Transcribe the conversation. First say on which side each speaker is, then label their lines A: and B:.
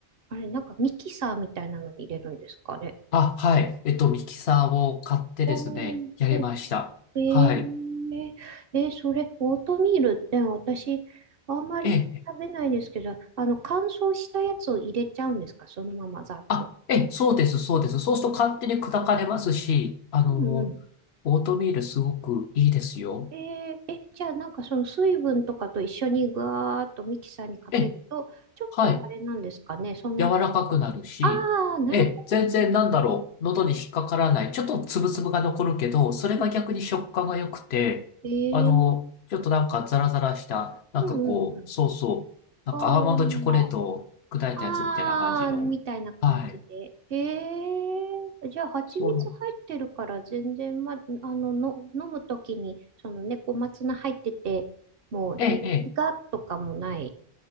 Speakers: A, on the right; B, on the left.
A: あれ、なんかミキサーみたいなのに入れるんですかね。
B: あ、はい。えっと、ミキサーを買ってですね、
A: おあ、
B: やりました。
A: そう。え
B: はい。
A: ええーそれ、オートミールって私、あんまり食べないですけど、
B: ええ、
A: あの、乾燥したやつを入れちゃうんですか、そのままざっと。
B: あ、ええ、そうです、そうです。そうすると勝手に砕かれますし、あの、
A: うんうん。
B: オートミールすごくいいですよ。
A: えーえ、じゃあなんかその水分とかと一緒にぐわーっとミキサーにかけると、
B: ええ、
A: ちょっとあれなんですかね、
B: はい。
A: そんな、
B: 柔らかくなるし、
A: ああ、なるほど。
B: ええ、全然なんだろう、喉に引っかからない。ちょっとつぶつぶが残るけど、それが逆に食感が良くて、
A: うんえー
B: あの、ちょっとなんかザラザラした、なんかこう、
A: うんうんうん。
B: そうそう、なんかアーモンドチョコレートを砕いたやつみたいな感じの。
A: おー。あー、みたいな感じで。
B: はい。
A: へえ。じゃあ、蜂蜜入ってるから、
B: そうなん
A: 全然、ま、あの、の、飲むときに、そのね、小松菜入ってて、もう、
B: ええ、
A: に、苦っとかもない。
B: え